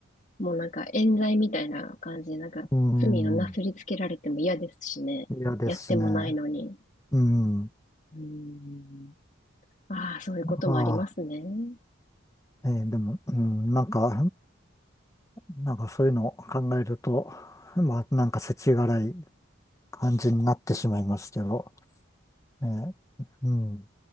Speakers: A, on the left; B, on the left.
A: もうなんか冤罪みたいな感じで、なんか罪をなすりつけられても嫌ですしね。
B: うん、嫌ですしね。
A: やってもないのに。
B: うん、
A: うん。ああ、そういうこともありますね。
B: ああ、ええ、でも、うん、なんか、なんかそういうのを考えると、まあ、なんか世知辛い感じになってしまいますけど、ねえ、うん。